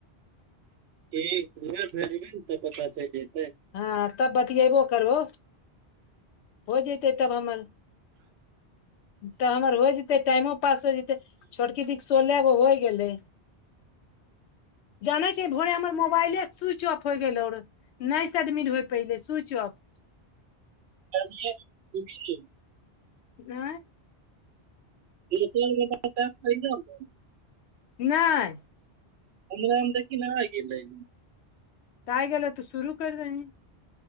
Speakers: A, on the right; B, on the left.
A: ठीक उएह भेजबीह ने तऽ पता चैल जेतै।
B: हाॅं तब बतिएबौ करबौ। हो जेतै तब हमर तऽ हमर हो जइते टाइमो पास हो जइतै छोटकी दिकस् सोलेह गो हो गेलेै जाने छै भोरे हमर मोबाइले स्विच ऑफ होइ गेलौ रह नहि से एडमिट होइ पयले स्विच ऑफ।
A: कर लिय होय गेलै
B: आयं
A: <unintelligible>
B: नैय
A: हमरा में देखि न आ गेलै
B: तऽ आय गेलौ तऽ सुरू कर देही